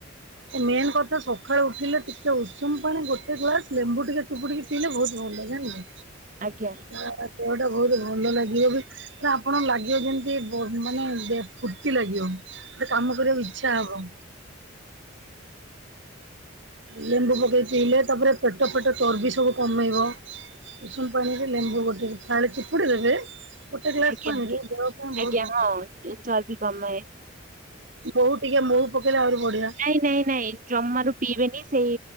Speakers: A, on the right; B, on the right.
A: ମେନ୍ କଥା ସଖାଳୁ ଉଠିଲେ ଟିକେ ଉଷୁମ ପାଣି ଗୋଟେ ଗ୍ଲାସ ଲେମ୍ବୁ ଟିକେ ଚୁପୁଡ଼ିକି ପିଇଲେ ବହୁତ ଭଲ ଯାଣିିଲେ,
B: ଆଜ୍ଞା
A: ଆ ଦେହଟା ବହୁତ ଭଲ ଲାଗିବ ବି ତାପରେ ଆପଣ ଲାଗିବ ଯେମିତି ବ ମାନେ ବେ ଫୁର୍ତ୍ତି ଲାଗିବ, ଗୋଟେ କାମ କରିବାକୁ ଇଛ ଟାବ ଲେମ୍ବୁ ପକେଇକି ପିଇଲେ ତାପରେ ପେଟ ପେଟ ଚର୍ବି ସବୁ କମେଇବ। ଉଷୁନ ପାଣିରେ ଲେମ୍ବୁ ଗୋଟେ। ପାଣି ଚିପୁଡ଼ି ଦେବେ ଗୋଟେ ଗ୍ଲାସ୍
B: ଆଜ୍ଞା
A: ପାଣିରେ
B: ଆଜ୍ଞା
A: ଦେହ ପାଇଁ ବହୁତ
B: ଆଜ୍ଞା
A: ଭଲ।
B: ହଁ ଚର୍ବି କମାଏ।
A: ବୋହୁତ୍ ଟିକେ ମୋହୁ ପକେଇଲେ ଆହୁରି ବଢିଆ।
B: ନାଇଁ ନାଇଁ ନାଇଁ, ଜମାରୁ ପିଇବେନି ସେଇ